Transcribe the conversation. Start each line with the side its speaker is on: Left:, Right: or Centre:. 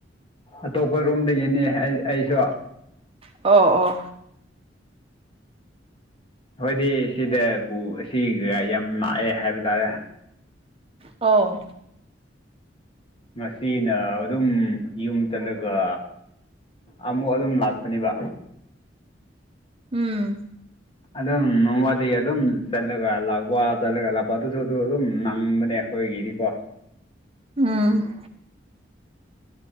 Left: ꯑꯇꯣꯞꯄ ꯔꯣꯝꯗꯒꯤꯅꯤ ꯑꯩꯁꯨ
Right: ꯑꯣ ꯑꯣ
Left: ꯍꯣꯏꯗꯤ ꯁꯤꯗꯕꯨ ꯑꯁꯤꯒ ꯌꯥꯝ ꯂꯥꯛꯑꯦ ꯍꯥꯏꯕ ꯇꯥꯔꯦ
Right: ꯑꯣ
Left: ꯉꯁꯤꯅ ꯑꯗꯨꯝ ꯌꯨꯝ ꯆꯠꯂꯒ ꯑꯃꯨꯛ ꯑꯗꯨꯝ ꯂꯥꯛꯄꯅꯦꯕ
Right: ꯎꯝ
Left: ꯑꯗꯨꯝ ꯅꯣꯡꯃꯗꯤ ꯑꯗꯨꯝ ꯆꯠꯂꯒ ꯂꯥꯛꯄ ꯆꯠꯂꯒ ꯂꯥꯛꯄ ꯑꯗꯨꯁꯨ ꯑꯗꯨ ꯑꯗꯨꯝ ꯅꯪꯕꯅꯦ ꯑꯣꯏꯒꯤꯗꯤꯀꯣ
Right: ꯎꯝ